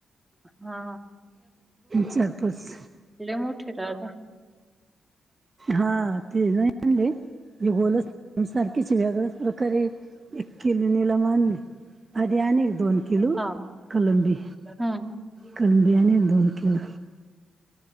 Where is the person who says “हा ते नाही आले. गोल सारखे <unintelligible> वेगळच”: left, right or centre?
Right